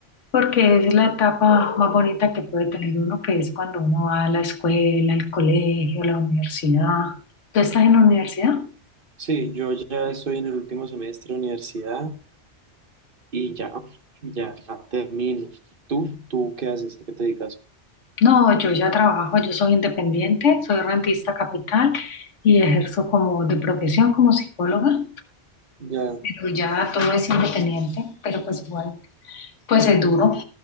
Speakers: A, on the left; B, on the right.
A: porque es la etapa más bonita que puede tener uno, que es cuando uno va a la escuela, al colegio, a la universidad. ¿Tú estás en la universidad?
B: sí, yo ya estoy en el último semestre de universidad y ya, ya, ya termino. ¿Tú? ¿Tú qué haces? ¿A qué te dedicas?
A: No, yo ya trabajo, yo soy independiente, soy rentista capital y ejerzo como de profesión como psicóloga,
B: Ya,
A: pero ya todo es independiente, pero pues igual, pues es duro